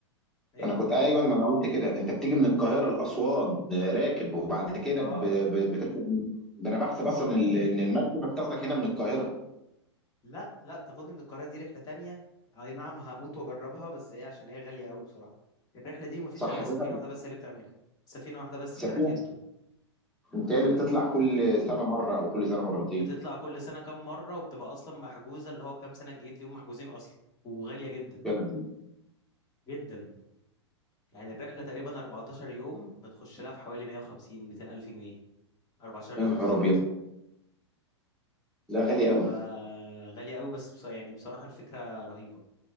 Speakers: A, on the left; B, in the centre.
A: ايه
B: انا كنت ايوه ما انا قلت كده انت بتيجي من القاهره لاسوان راكب وبعد كده
A: اه
B: ب... ب... بتركب من... ده انا بحسب اصلا
A: اه
B: ال- ان المركبه بتاخدك هنا من القاهره
A: لا لا بتاخدني من القاهرة دي رحلة تانية اي نعم هموت واجربها بس ايه عشان هي غالية قوي بصراحة الرحلة دي مفيش
B: صح
A: الا
B: كده
A: سفينة واحدة بس هي اللي بتعملها سفينة واحدة بس
B: سفينه
A: بتاعت هيلتون
B: انت اللي بتطلع كل سنه مره او كل سنه مرتين
A: بتطلع كل سنة كام مرة وبتبقى اصلا محجوزة اللي هو كام سنة الجديد دي هم محجوزين اصلا وغالية جدا
B: يا لهوي.
A: جدا يعني الرحلة تقريبا 14 يوم بتخش لها في حوالي 150 200 ألف جنيه 14
B: يا
A: يوم
B: نهار
A: بالظبط
B: ابيض لا غالي
A: فغالية
B: قوي
A: قوي بس بص- يعني بصراحة الفكرة رهيبة